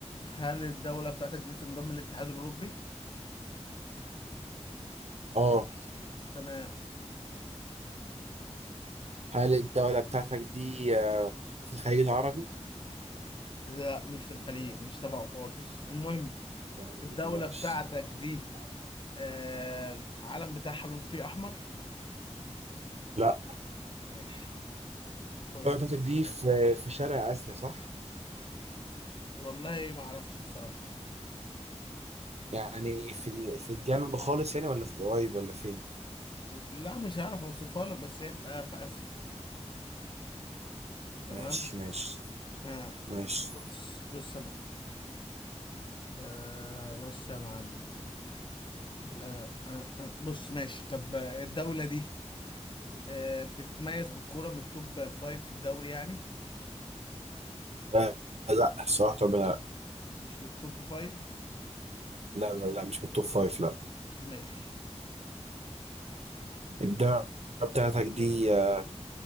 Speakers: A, on the left (about 45°); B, on the right (about 65°).
A: هل الدولة بتاعتك دي تنضم للاتحاد الاوروبي
B: اه
A: تمام
B: هل الدولة بتاعتك دي آه، في الخليج العربي
A: لا مش في الخليج مش تبعه خالص المهم
B: طيب،
A: الدولة
B: ماشي
A: بتاعتك دي آه العلم بتاعها لون فيه احمر
B: لا
A: ماشي خش
B: الدولة بتاعتك دي في في شرق آسيا صح
A: والله ما اعرفش بصراحة
B: يعني في ال- في الجنوب خالص يعني ولا في القريب ولا فين
A: لا مش هعرف اوصفها لك بس هي في آه، في اسيا تمام
B: ماشي ماشي
A: آه.
B: ماشي
A: بص بص يا معلم آه بص يا معلم آه آه آه بص ماشي طب آه، الدولة دي آه بتتميز بالكورة من التوب فايف في الدوري يعني
B: آه لا صراحة طب لا
A: مش من التوب فايف
B: لا لا, لا مش من التوب فايف لا
A: ماشي
B: الدولة بتاعتك دي آه،